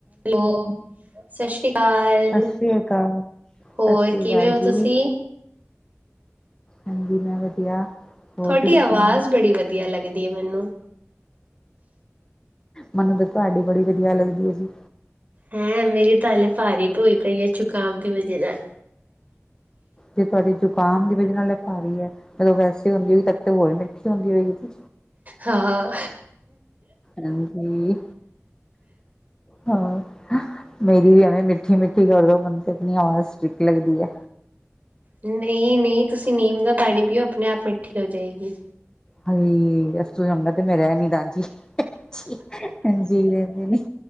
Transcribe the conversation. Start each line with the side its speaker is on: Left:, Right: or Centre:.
Right: Hello, ਸਤ ਸ੍ਰੀ ਅਕਾਲ।
Left: ਸਤਿ ਸ੍ਰੀ ਅਕਾਲ
Right: ਹੋਰ
Left: ਸਤਿ ਸ੍ਰੀ
Right: ਕਿਵੇਂ
Left: ਅਕਾਲ
Right: ਓ,
Left: ਜੀ
Right: ਤੁਸੀਂ?
Left: ਹਾਂਜੀ, ਮੈਂ ਵਧੀਆ। ਹੋਰ
Right: ਥੋਡੀ
Left: ਤੁਸੀਂ
Right: ਅਵਾਜ਼
Left: ਸੁਣਾਓ
Right: ਬੜੀ ਵਧੀਆ ਲੱਗਦੀ ਏ, ਮੈਨੂੰ।
Left: ਮਨੂੰ ਤਾਂ ਤੁਹਾਡੀ ਬੜੀ ਵਧੀਆ ਲੱਗਦੀ ਏ, ਜੀ।
Right: ਹੈਂ, ਮੇਰੀ ਤਾਂ ਹਾਲੇ ਭਾਰੀ ਭ ਹੋਈ ਪਈ ਏ, ਜੁਕਾਮ ਦੀ ਵਜ੍ਹਾ ਨਾਲ।
Left: ਜੇ ਤੁਹਾਡੇ ਜ਼ੁਕਾਮ ਦੀ ਵਜੇ ਨਾਲ ਭਾਰੀ ਐ, ਜਦੋਂ ਵੈਸੇ ਹੁੰਦੀ ਹੋਗੀ ਤਾਂ ਹੋਰ ਮਿੱਠੀ ਹੁੰਦੀ ਹੋਏਗੀ ਜੀ।
Right: ਹਾਂ
Left: ਹਾਂਜੀ, ਹਾਂ। ਮੇਰੀ ਵੀ ਐਵੇਂ ਮਿੱਠੀ-ਮਿੱਠੀ ਕਰਦੋ ਮੈਨੂੰ ਤੇ ਆਪਣੀ ਆਵਾਜ਼ ਸਟ੍ਰਿਕਟ ਲੱਗਦੀ ਐ।
Right: ਨਹੀਂ, ਨਹੀਂ ਤੁਸੀਂ ਨੀਮ ਦਾ ਪਾਣੀ ਪੀਓ ਆਪਣੇ ਆਪ ਮਿੱਠੀ ਹੋ ਜਾਏਗੀ।
Left: ਹਾਏ ਇਸ ਤੋਂ ਚੰਗਾ ਤੇ ਮੈਂ ਰਹਿਣ ਹੀ ਦਾ ਜੀ, ਹਾਂਜੀ ਰਹਿੰਦੇ ਨੇ।